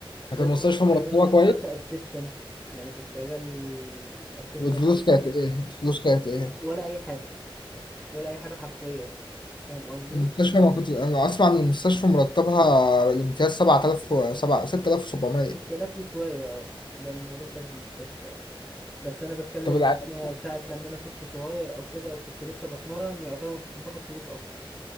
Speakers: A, on the left; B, in the centre.
A: كانت
B: بس
A: المستشفى
B: كنت
A: مرتبة
B: شغال أنا اشتغلت
A: كويس
B: أسيستنت يعني كنت شغال أسيستنت
A: والفلوس
B: للدكتور
A: كانت ايه الفلوس كانت ايه
B: ولا أي حاجة ولا أي حاجة حرفيا فاهم قصدي؟
A: المستشفى ما كنت انا اسمع ان المستشفى مرتبها الامتياز 7000 و- سبعة- 6700
B: 6000 وشوية اه ده مرتب المستشفى اه بس أنا بتكلم
A: طب العيادة
B: إن أنا ساعة لما أنا كنت صغير أو كده وكنت لسه بتمرن يعتبر ما كنتش باخد فلوس أصلا